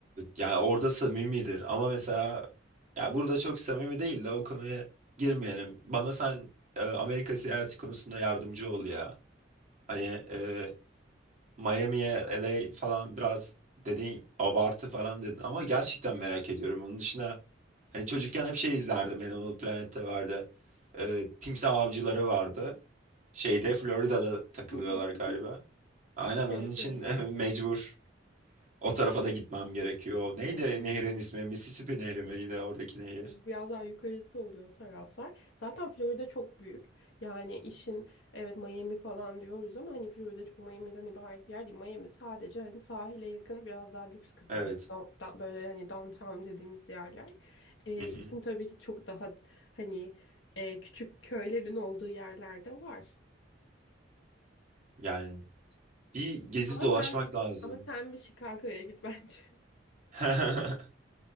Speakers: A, on the right; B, on the left.
A: yani orada samimidir ama mesela ya burada çok samimi değil de o konuya girmeyelim. Bana sen e, Amerika seyahati konusunda yardımcı ol ya. Hani e, Miami'ye LA falan biraz dedin abartı falan dedin ama gerçekten merak ediyorum. Onun dışında Hani çocukken hep şey izlerdim. Animal Planet'te vardı. Ee, timsah avcıları vardı. Şeyde Florida'da takılıyorlar
B: Hı hı.
A: galiba.
B: <laughs>
A: Aynen
B: Evet
A: onun için
B: evet.
A: <laughs> mecbur. O
B: Evet,
A: tarafa da gitmem gerekiyor. Neydi
B: evet.
A: nehrin ismi? Mississippi Nehri miydi oradaki nehir?
B: E, bu Biraz daha yukarısı oluyor o taraflar. Zaten Florida çok büyük. Yani işin evet Miami falan diyoruz ama hani Florida çok Miami'den ibaret bir yer değil. Miami sadece hani sahile yakın biraz daha lüks kısmı.
A: Evet.
B: Down- down- Böyle hani downtown dediğimiz yerler. Ee,
A: Hı hı.
B: işin tabii ki çok daha hani e, küçük köylerin olduğu yerlerde var.
A: Yani bir gezip
B: Ama
A: dolaşmak
B: sen
A: lazım.
B: ama sen bir Chicago'ya git bence.
A: <laughs>